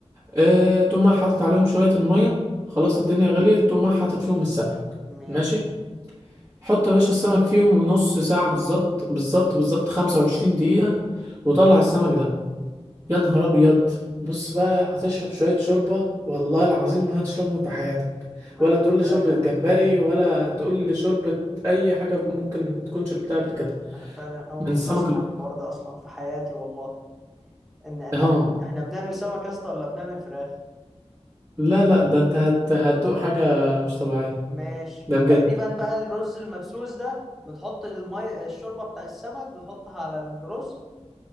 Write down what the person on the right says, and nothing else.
آه تقوم حاطط عليهم شوية المية خلاص الدنيا غليت تقوم حاطط فيهم السمك
ماشي حط يا باشا السمك فيهم نص ساعة بالظبط بالظبط بالظبط خمسة وعشرين دقيقة وطلع السمك ده
يا نهار ابيض بص بقى هتشرب شويه شوربه والله العظيم ما هتشربهم في حياتك
ولا
تقول
لي شوربه جمبري ولا تقول لي شوربه اي حاجه ممكن تكون شربتها قبل كده
من
السمك
البلطي
اه
لا لا ده انت هت... هتدوق حاجه مش طبيعيه
ده
بجد